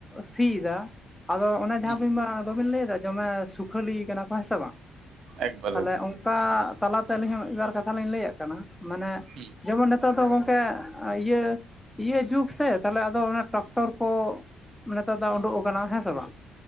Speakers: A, in the centre; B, on the right.
A: ᱥᱤᱭ ᱮᱟ, ᱟᱫᱚ ᱚᱱᱮ ᱡᱟᱦᱟᱸ
B: ᱦᱩᱸ
A: ᱵᱤᱱ ᱟᱵᱤᱱ ᱞᱟᱹᱭᱮᱫᱟ ᱡᱚᱢᱮ ᱥᱩᱠᱷᱟᱹᱞᱤ ᱠᱟᱱᱟ ᱠᱚ ᱦᱮᱸ ᱥᱮ ᱵᱟᱝ
B: ᱮᱠᱵᱟᱨᱮ
A: ᱛᱟᱦᱚᱞᱮ ᱚᱱᱠᱟ ᱛᱟᱞᱟᱛᱮ ᱟᱹᱞᱤᱧ ᱦᱚᱸ ᱢᱤᱫ ᱵᱟᱨ ᱠᱟᱛᱷᱟ ᱞᱤᱧ ᱞᱟᱹᱭᱟᱜ ᱠᱟᱱᱟ ᱢᱟᱱᱮ
B: ᱦᱩᱸ
A: ᱡᱮᱢᱚᱱ ᱱᱮᱛᱟᱨ ᱫᱚ ᱜᱚᱝᱠᱮ ᱤᱭᱟᱹ ᱤᱭᱟᱹ ᱡᱩᱜᱽ ᱥᱮ ᱛᱟᱦᱚᱞᱮ ᱟᱫᱚ ᱚᱱᱟ ᱴᱨᱟᱠᱴᱚᱨ ᱠᱚ ᱡᱮᱱᱛᱮᱫᱚ ᱩᱵᱩᱜ ᱟᱡᱠᱱᱟ ᱦᱮ ᱥᱮ ᱵᱟᱝ